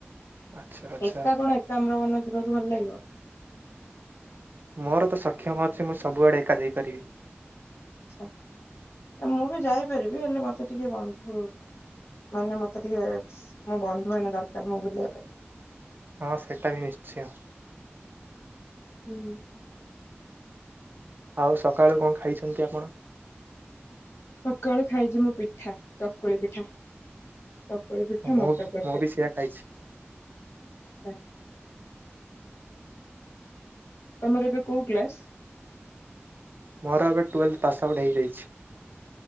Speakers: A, on the right (about 50°); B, on the left (about 80°).
A: ଆଚ୍ଛା ଆଚ୍ଛା
B: ଏକା କଣ ଏକା ଆମରନ ଯିବାକୁ ଭଲ ଲାଗିବ।
A: ମୋର ତ ସକ୍ଷମ ଅଛି ମୁଁ ସବୁଆଡେ ଏକା ଯାଇପାରିବି।
B: ଆଚ୍ଛା ନା ମୁଁ ବି ଯାଇପାରିବି ହେଲେ ମତେ ଟିକେ ବନ୍ଧୁ ମାନେ ମତେ ଟିକେ ମୋ ବନ୍ଧୁ ମାନେ ଦରକାର ମୁଁ ବୁଲିବା ପାଇଁ।
A: ହଁ ସେଇଟା ବି ନିଶ୍ଚୟ।
B: ହୁଁ।
A: ଆଉ ସକାଳୁ କଣ ଖାଇଛନ୍ତି ଆପଣ?
B: ସକାଳୁ ଖାଇଛି ମୁଁ ପିଠା ଚକୁଳି ପିଠା। ଚକୁଳି ପିଠା
A: ମୁଁ
B: ମଟର ତରକାରୀ।
A: ମୁଁ ବି ସେଆ ଖାଇଛି
B: ତମର ଏବେ କୋଉ କ୍ଲାସ?
A: ମୋର ଏବେ ଟୁଏଲ୍ଭ ପାସ୍ଆଉଟ୍ ହେଇଯାଇଛି।